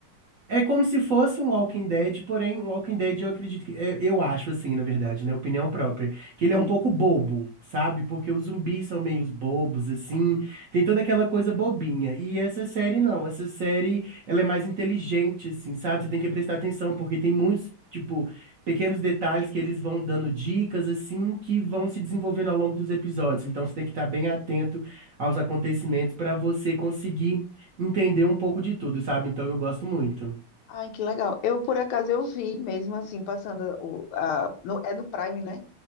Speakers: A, on the right (about 60°); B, on the left (about 85°).
A: É como se fosse um Walking Dead, porém, um Walking Dead eu acredito que. Eu, eu acho assim, na verdade, né? Opinião própria. Que ele
B: Sim.
A: é um pouco bobo, sabe? Porque os zumbis são meio bobos, assim. Tem toda aquela coisa bobinha. E essa série não. Essa série, ela é mais inteligente, assim, sabe? Você tem que prestar atenção, porque tem muitos, tipo, pequenos detalhes que eles vão dando dicas, assim, que vão se desenvolvendo ao longo dos episódios. Então você tem que estar bem atento aos acontecimentos para você conseguir entender um pouco de tudo, sabe? Então eu gosto muito.
B: Ai, que legal. Eu, por acaso, eu vi mesmo assim, passando o, a, no- é no Prime, né?